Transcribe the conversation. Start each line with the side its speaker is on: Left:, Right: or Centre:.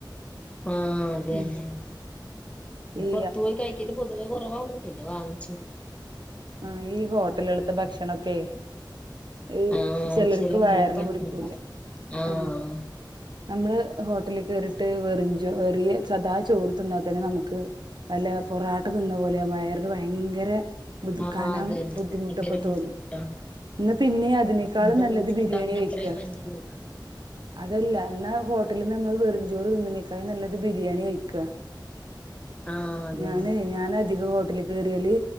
Left: ആഹ അതന്നെ
Right: ഉം ഈ
Left: പൊറത്തു പോയി കഴിക്കൽ പൊതുവേ കുറവാണ്.. പിന്നെ വാങ്ങി...
Right: ആ ഈ ഹോട്ടലെൾത്ത ഭക്ഷണൊക്കെ.. ഇ
Left: ആഹ്
Right: ചിലർക്ക്
Left: ചില
Right: വയറിന്
Left: പിള്ളേർക്ക് പറ്റൂല
Right: പിടിക്കൂല ആ
Left: ആഹ്
Right: നമ്മള്... ഹോട്ടലിൽ കേയറിട്ട് വെറിഞ്ചോ വെറിയ സദാ ചോറ് തിന്നാൽ തന്നെ നമുക്ക്.. അല്ല പൊറാട്ട തിന്ന പോലെ വയറിന് ഭയങ്കര... ത്
Left: ആഹ്
Right: ക്കനം
Left: അതന്നെ
Right: ബുദ്ധിമുട്ടൊക്കെ
Left: ഭയങ്കര
Right: തോന്നും
Left: ബുദ്ധിമുട്ടാണ്
Right: ന്ന പിന്നെ അതിനേക്കാളും
Left: നമ്മുടെ
Right: നല്ലത്
Left: വീട്ടിലുണ്ടാക്കുന്ന
Right: ബിരിയാണി... കഴിക്കുക
Left: അത്രയും മയങ്ങി പോവും..
Right: അതല്ല എന്ന ഹോ.. ഹോട്ടലിൽ നമ്മള് വെറുംചോറ് തിന്ന് നെക്കയും നല്ലത് ബിരിയാണി കഴിക്കാ..
Left: ആഹ് അതന്നെ
Right: ഞാന് ഞൻധിക <unintelligible> ഏറിയാല്